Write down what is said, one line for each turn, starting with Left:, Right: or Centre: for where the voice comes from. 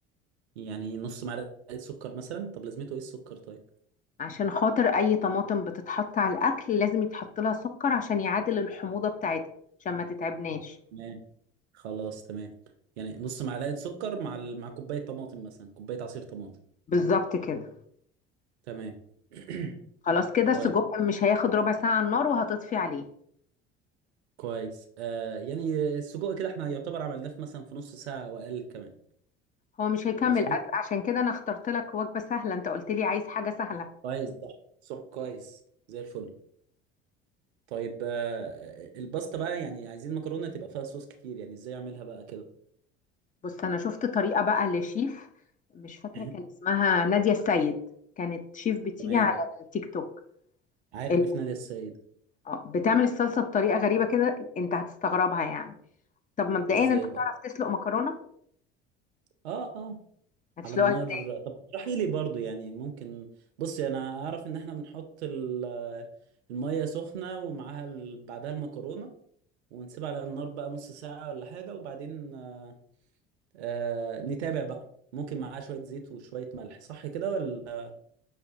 Right: يعني نص معلقه سكر مثلا طب لازمته ايه السكر طيب
Left: عشان خاطر اي طماطم بتتحط على الاكل لازم يتحط لها سكر عشان يعادل الحموضة بتاعتها عشان ما تتعبناش
Right: تمام خلاص تمام يعني نص معلقة سكر مع ال... مع كوباية طماطم مثلا كوباية عصير طماطم
Left: بالظبط كده
Right: تمام <clears throat>
Left: خلاص كده السجق
Right: طيب
Left: مش هياخد ربع ساعة على النار وهتطفي عليه
Right: كويس آه يعني السجق كده احنا يعتبر عملناه في مثلا في نص ساعة او اقل كمان
Left: هو مش هيكمل
Right: مظبوط
Left: أكل عشان كده أنا اخترت لك وجبة سهلة أنت قلت لي عايز حاجة سهلة
Right: كويس صح صح كويس زي الفل طيب آه الباستا بقى يعني عايزين مكرونة تبقى فيها صوص كتير يعني ازاي اعملها بقى كده
Left: بص أنا شفت طريقة بقى لشيف مش فاكرة
Right: <clears throat>
Left: كان اسمها نادية السيد كانت شيف بتيجي
Right: <laughs> تمام
Left: على التيك توك
Right: عارف
Left: ال-
Right: نادية السيد
Left: آه، بتعمل الصلصة بطريقة غريبة كده أنت هتستغربها يعني طب مبدئيا
Right: ازاي
Left: أنت
Right: بقى
Left: بتعرف تسلق مكرونة
Right: اه آه.
Left: هتسلقها
Right: على النار
Left: ازاي
Right: طب اشرحي لي برضو يعني ممكن بصي انا اعرف ان احنا بنحط ال- المية سخنة ومعاها ال- بعدها المكرونة ونسيبها على النار بقى نص ساعة ولا حاجة وبعدين آه، آه، نتابع بقى ممكن معاها شوية زيت وشوية ملح صح كده ولا